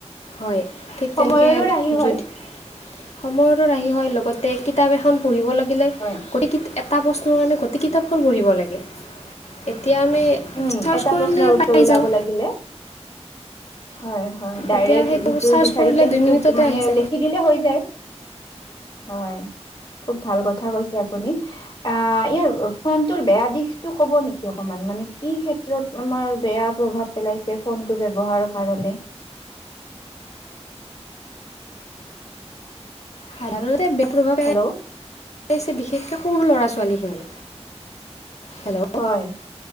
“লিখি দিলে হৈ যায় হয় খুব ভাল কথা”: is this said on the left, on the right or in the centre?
Left